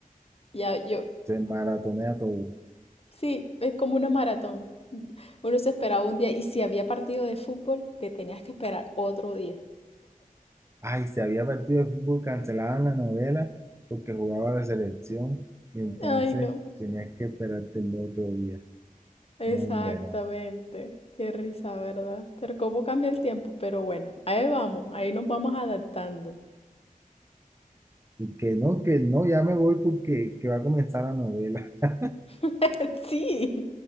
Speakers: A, on the left (about 40°); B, on the right (about 20°).
A: Ya, yo,
B: se maratonea todo.
A: Sí, es como una maratón. Uno se esperaba un día y si había partido de fútbol, te tenías que esperar otro día.
B: Ay, si había partido de fútbol, cancelaban la novela porque jugaba la selección y entonces
A: Ay, no.
B: tenías que esperarte el otro día.
A: Exactamente.
B: No, hombre, no.
A: Qué risa, ¿verdad? Pero cómo cambia el tiempo. Pero bueno, ahí vamos, ahí nos vamos adaptando.
B: Y que no, que no, ya me voy porque que va a comenzar la novela. <laughs>
A: <laughs> Sí,